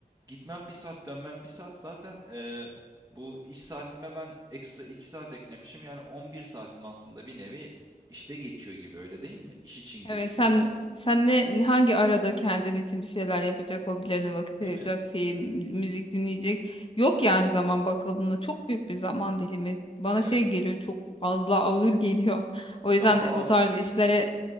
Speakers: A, on the right; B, on the left.
A: Gitmem bir saat dönmem bir saat zaten, eee, bu iş saatime ben ekstra 2 saat eklemişim. Yani 11 saatim aslında bir nevi işte geçiyor gibi öyle değil mi? İş için
B: Evet
A: geçiyor
B: sen
A: yani.
B: sen ne hangi arada kendin için bir şeyler yapacak, hobilerine vakit
A: Değil
B: ayıracak,
A: mi?
B: film, müzik dinleyecek? Yok yani zaman bakıldığında çok büyük bir zaman dilimi. Bana
A: Evet.
B: şey geliyor çok fazla ağır geliyor. <laughs> O yüzden
A: Daha
B: bu
A: az
B: tarz işlere